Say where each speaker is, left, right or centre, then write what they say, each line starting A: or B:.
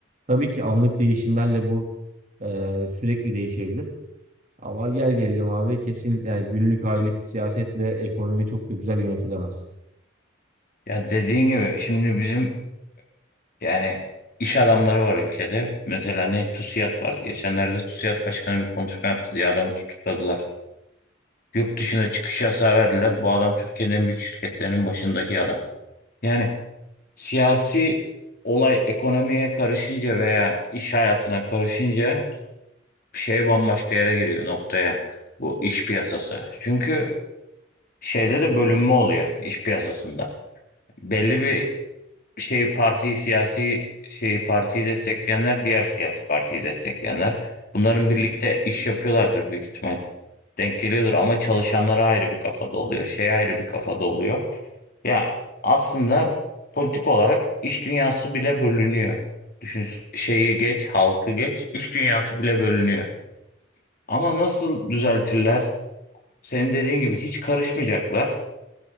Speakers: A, on the right (about 40°); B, on the left (about 50°).
A: Tabii ki anlık değişimlerle bu e, sürekli değişebilir. Ama gel gelelim abi kesinlikle yani günlük aylık siyasetle ekonomi çok da güzel yönetilemez.
B: Ya dediğin gibi şimdi bizim yani iş adamları var ülkede. Mesela ne TUSİAD vardı. Geçenlerde TUSİAD başkanı bir konuşma yaptı diye adamı tutukladılar. Yurt dışına çıkış yasağı verdiler. Bu adam Türkiye'nin en büyük şirketlerinin başındaki adam. Yani siyasi olay ekonomiye karışınca veya iş hayatına karışınca şey bambaşka yere giriyor noktaya. Bu iş piyasası. Çünkü şeyde de bölünme oluyor iş piyasasında. Belli bir şey parti siyasi şey partiyi destekleyenler diğer siyasi partiyi destekleyenler bunların birlikte iş yapıyorlardır büyük ihtimal. Denk geliyordur ama çalışanlara ayrı bir kafada oluyor. Şey ayrı bir kafada oluyor. Ya aslında politik olarak iş dünyası bile bölünüyor. Düşün şeyi geç, halkı geç, iş dünyası bile bölünüyor. Ama nasıl düzeltirler? Senin dediğin gibi hiç karışmayacaklar.